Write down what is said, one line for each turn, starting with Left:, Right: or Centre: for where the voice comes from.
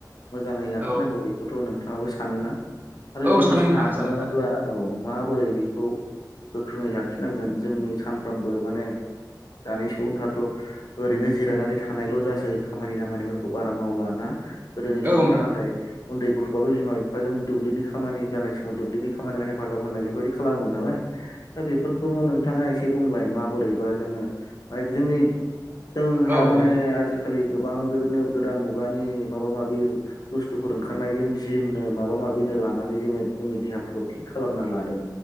Left: मोजाङै लाखिनांगौ
Right: औ
Left: बेखौथ' नोंथाङाबो सानोना आरो
Right: औ
Left: जुदि
Right: सानो
Left: सानोब्ला
Right: नोंथां सानो थारैनो
Left: औ माबोरै बेखौ गोख्रोङै लाखिनांगोन जोंनि सानफ्रोमबो माने दानि सुबुंफ्राथ' ओरैनो जिरायनानै थानायल' जासै खामानि दामानिफोरखौ बारा मावला ना गोदोनि सुबुंफ्रा
Right: औ नोंथां
Left: नाथाय उन्दै गथ'बाबो बिमा बिफाजों दुब्लिनि खामानि जानाय समाव दुब्लिनि खामानियाव हेफाजाब होनाय बेफोर बायदि खालामोमोन नालाय दा बेफोरखौ नोंथाङा एसे बुंलाय माबोरै बा जोङो माने जोंनि जोंहा
Right: औ
Left: माने
Right: औ
Left: आजि खालि गोबां बेबायदिनो गोदान मुगानि माबा माबि बुस्थुफोर ओंखारनायजों जिमनो माबा माबिनो लानानै जोङो जोंनि देहाफोरखौ फिट खालामना लादों।